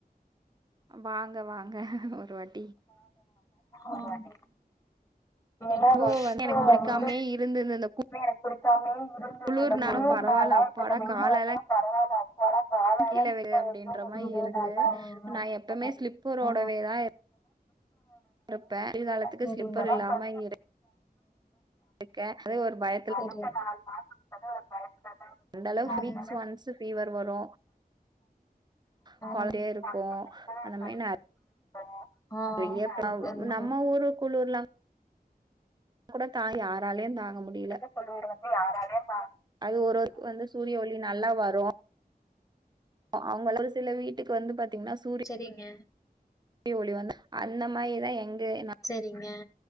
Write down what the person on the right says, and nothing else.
வாங்க வாங்க ஒருவாட்
<unintelligible> வந்து எனக்கு புடிக்காமே இருந்தது இந்த
குளிர்னாலு
பரவால்ல அப்பாடா
காலெல்லா
கீழ விடு அப்டின்ற
மாரி இருக்கு
நா எப்வுமே ஸ்லிப்பரோடவே தா இருப்பே குளிர் காலத்துக்கு
ஸ்லிப்பர்
இல்லாம இங்க இரு <inaudible> க்கே அதே ஒரு பய
அந்த அளவுக்கு
ஃப்ரீக்ஸ் ஒன்ஸ் ஃபீவர் வரு <unintelligible>
இருக்கு
அந்த மாரி நெ
றையா
<inaudible>
நம்ம ஊரு குளுர்லா கூடத் <inaudible> யாராலயு தாங்க முடிய்ல
அது ஒருவருக்கு வந்து சூரிய ஒளி நல்லா வரு அவங்கள சில வீட்டுக்கு வந்து பாத்தீங்கன்னா சூரிய
ஒளி வந்தா அந்த மாரிதா எங்க நா